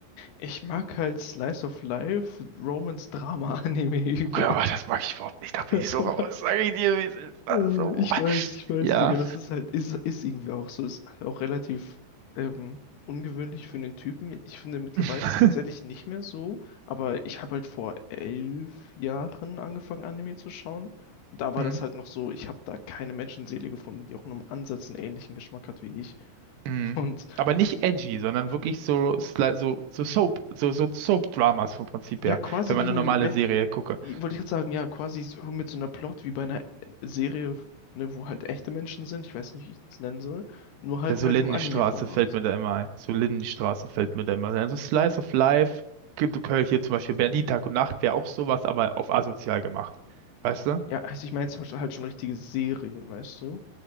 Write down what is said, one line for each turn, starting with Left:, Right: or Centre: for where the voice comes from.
Left: ich mag halt Slice of Life, Romance-Drama-Anime übel.
Right: Okay, aber das mag ich überhaupt nicht. Da bin
Left: <laughs>
Right: ich so raus. Sag ich dir, wie es ist. Also,
Left: Äh, Ich
Right: boah.
Left: weiß, ich weiß,
Right: Ja.
Left: Digga, das ist halt, ist, ist irgendwie auch so, ist auch relativ ähm, ungewöhnlich für einen Typen. Ich finde mittlerweile
Right: <laughs>
Left: tatsächlich nicht mehr so, aber ich habe halt vor elf Jahren angefangen, Anime zu schauen. Und da war
Right: Mhm.
Left: das halt noch so, ich habe da keine Menschenseele gefunden, die auch nur im Ansatz einen ähnlichen Geschmack hat wie ich.
Right: Mhm.
Left: Und
Right: Aber nicht edgy, sondern wirklich so, sli- so, so Soap, so, so Soap-Dramas vom Prinzip
Left: ja,
Right: her.
Left: quasi
Right: Wenn man
Left: wie
Right: eine
Left: eine,
Right: normale
Left: Men
Right: Serie gucke.
Left: wollte ich gerade sagen, ja, quasi so mit so einer Plot wie bei einer Serie, ne, wo halt echte Menschen sind, ich weiß nicht, wie ich das nennen soll, nur halt
Right: Ja, so
Left: halt
Right: Lindenstraße
Left: im Anime-Format.
Right: fällt mir da immer ein. So Lindenstraße fällt mir da immer ein. So Slice of Life. Gibt du Köln hier zum Beispiel Berlin Tag und Nacht wäre auch sowas, aber auf asozial gemacht. Weißt du?
Left: Ja, also ich meine jetzt halt schon richtige Serien, weißt du?